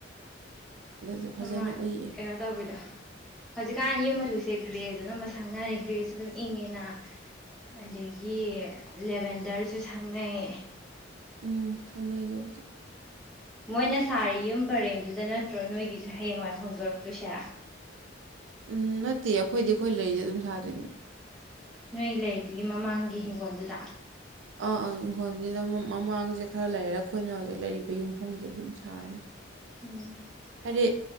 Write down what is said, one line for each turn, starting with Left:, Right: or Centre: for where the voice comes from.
Right: ꯑꯗꯨꯁꯨ ꯐꯖꯅ
Centre: ꯎꯝꯝꯃ
Right: ꯎꯏꯌꯦ
Centre: ꯀꯩꯅꯣ ꯇꯧꯕꯩꯗꯣ ꯍꯧꯖꯤꯛꯀꯥꯟ ꯌꯨꯝ ꯃꯆꯨꯁꯦ ꯒ꯭ꯔꯦꯗꯨꯅꯝ ꯃ ꯁꯪꯅꯔꯦ ꯒ꯭ꯔꯦꯁꯦ ꯑꯗꯨꯝ ꯏꯪꯉꯤꯅ ꯑꯗꯒꯤ ꯂꯦꯚꯦꯟꯗꯔꯁꯨ ꯁꯪꯅꯩ
Right: ꯎꯝ ꯁꯥꯎꯅꯩꯗꯕꯨꯗꯤ
Centre: ꯃꯣꯏꯅ ꯁꯥꯔꯤ ꯌꯨꯝ ꯄꯔꯦꯡꯗꯨꯗ ꯅꯠꯇ꯭ꯔꯣ ꯅꯣꯏꯒꯤ ꯍꯌꯦꯡꯋꯥꯏ ꯍꯣꯡꯗꯣꯔꯛꯇꯣꯏꯁꯦ
Right: ꯎꯝ ꯅꯠꯇꯦ ꯑꯩꯈꯣꯏꯗꯤ ꯑꯩꯈꯣꯏ ꯂꯩꯔꯤꯁꯦ ꯑꯗꯨꯝ ꯁꯥꯗꯣꯏꯅꯦ
Centre: ꯅꯣꯏ ꯂꯩꯗꯨꯒꯤ ꯃꯃꯥꯡꯒꯤ ꯍꯤꯡꯒꯣꯜꯗꯨꯗ
Right: ꯑꯥ ꯑꯥ ꯏꯪꯈꯣꯜꯁꯤꯗ ꯃꯃꯥꯡꯁꯦ ꯈꯔ ꯂꯩꯔꯦ ꯑꯩꯈꯣꯏꯅ ꯍꯧꯖꯤꯛ ꯂꯩꯔꯤꯕ ꯌꯨꯝꯐꯝꯁꯦ ꯑꯗꯨꯝ ꯁꯥꯔꯅꯤ
Centre: ꯎꯝ
Right: ꯍꯥꯏꯗꯤ